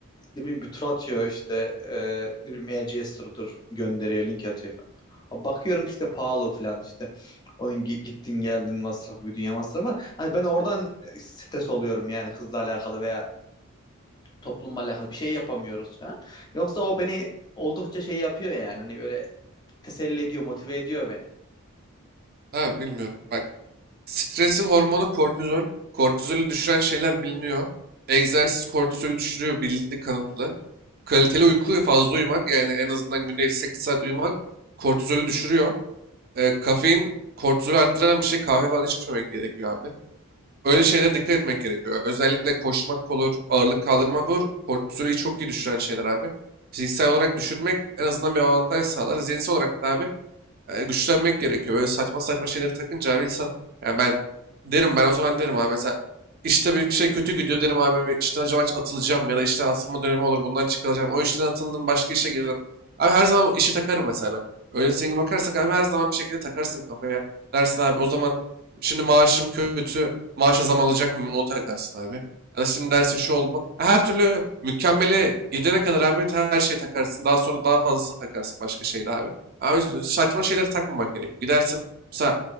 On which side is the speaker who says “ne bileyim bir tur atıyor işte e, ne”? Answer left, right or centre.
Left